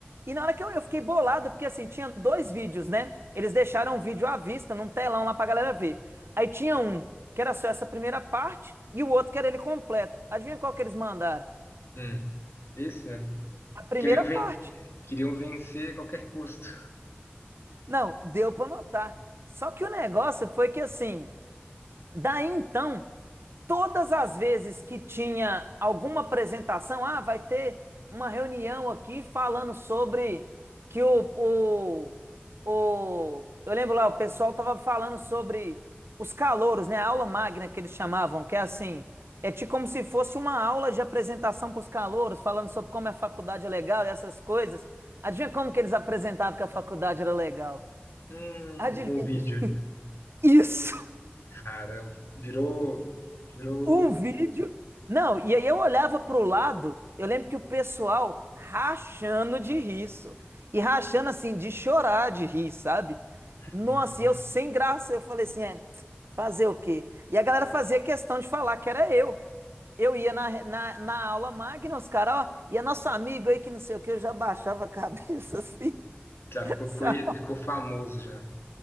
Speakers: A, on the right; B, on the left.
A: E na hora que eu, eu fiquei bolado, porque assim, tinha dois vídeos, né? Eles deixaram um vídeo à vista, num telão lá pra galera ver. Aí tinha um que era só essa primeira parte e o outro que era ele completo. Adivinha qual que eles mandaram?
B: Hum. Esse, né?
A: A primeira
B: Queriam, ven...
A: parte.
B: Queriam vencer a qualquer custo.
A: Não, deu pra notar. Só que o negócio foi que assim, Daí então, todas as vezes que tinha alguma apresentação, ah, vai ter uma reunião aqui falando sobre que o, o, o eu lembro lá, o pessoal tava falando sobre os calouros, né? A aula magna que eles chamavam, que é assim, é tipo como se fosse uma aula de apresentação para os calouros, falando sobre como a faculdade é legal e essas coisas. Adivinha como que eles apresentavam que a faculdade era legal?
B: Hum,
A: Adivinha.
B: com o vídeo.
A: Isso!
B: Caramba, virou. Virou.
A: Um vídeo. Não, e aí eu olhava pro lado, eu lembro que o pessoal rachando de riso. E rachando assim, de chorar de rir, sabe?
B: <laughs>
A: Nossa, e eu sem graça, eu falei assim, é, fazer o quê? E a galera fazia questão de falar que era eu. Eu ia na, na, na aula magna, os caras, ó, e é nosso amigo aí que não sei o que, eu já baixava a cabeça assim,
B: Já
A: <laughs>
B: ficou,
A: sabe?
B: conhe... ficou famoso já.